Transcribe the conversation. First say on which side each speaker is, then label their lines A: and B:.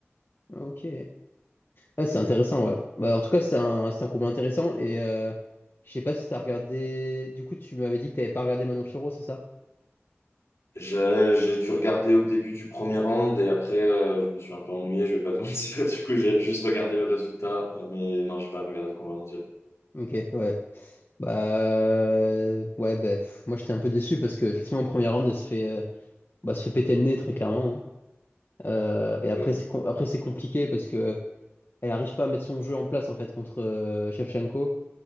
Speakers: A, on the left (about 50°); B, on the left (about 90°).
A: Ok. Ouais, c'est intéressant, ouais. Bah, en tout cas, c'était un, c'était un combat intéressant. Et euh, je sais pas si t'as regardé. Du coup, tu m'avais dit que t'avais pas regardé Manon Fiorot, c'est ça?
B: J'ai j'ai dû regarder au début du premier round et après euh, je me suis un peu ennuyé, je vais pas te <laughs> mentir. Du coup, j'ai juste regardé le résultat, euh, mais non, j'ai pas regardé le combat en entier.
A: Ok, ouais. Bah. euh, Ouais, bah, pff, moi, j'étais un peu déçu parce que, effectivement, en premier round, elle se fait, euh, bah, se fait péter le nez, très clairement. hein. Euh, et
B: Ok.
A: après, c'est com- après, c'est compliqué parce que elle arrive pas à mettre son jeu en place, en fait, contre euh, Shevchenko.